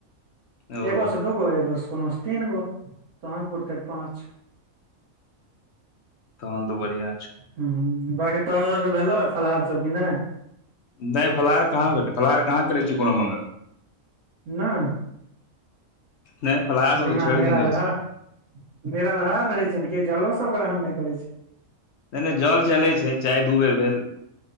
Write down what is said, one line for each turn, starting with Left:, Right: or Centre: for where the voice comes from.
Left: छी ओ
Right: एगो से दूगो एगो से कोनो से तीन गो तहनपुर तै पाँच
Left: तहन तऽ बढ़िआँ छै
Right: ह बाकि तोह ज भेलो फलाहार सब कि नहि
Left: नहि फलाहार कहाँ भेलै फलाहार कहाँ करैत छी कोनो मङ्गल
Right: नहि
Left: नहि फलाहार सब
Right: बिना
Left: तऽ छोड़ि
Right: निराधार
Left: देने छी
Right: निराधार रहै छै ने कि जलो सभ ग्रहण नहि करैत छै
Left: नहि नहि जल चलै छै चाय दू बेर भेल